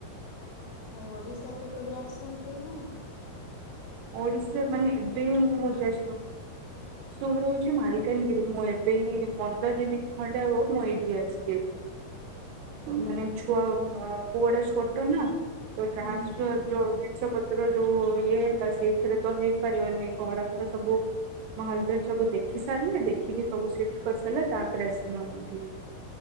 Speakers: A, on the left (about 70°); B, on the right (about 90°).
A: ଆଉ ଓଡିଶା କୁ କେବେ ଆସନ୍ତିନି।
B: ଆଉ ଓଡିଶା ମାନେ <unintelligible> ଶୁଣ ରହୁଛି ମାଲକାନଗିରି ମୁଁ ଏବେ ଏଇ ପନ୍ଦର ଦିନ ଖଣ୍ଡେ ହବ ମୁଁ ଏଇଠିକି ଆସିଚି।
A: ହୁ
B: ମାନେ ଛୁଆ ପୁଅ ଟା ଛୋଟ ନା ତ ଟ୍ରାନ୍ସଫର
A: ହୁଁ
B: ଯୋଉ ଜିନିଷ ପତ୍ର ଯୋଉ ଇଏ ହେଲା ସେଇଥିରେ ତ ହେଇପାରିବନି। ଘର ଫର ସବୁ ମୋ ହଜବେଣ୍ଡ ସବୁ ଦେଖି ସାରିଲେ। ଦେଖିକି ସବୁ ସିଫ୍ଟ କରିସାରିଲେ ତାପରେ ଆସିଲୁ ଆମେ ଏଠିକି।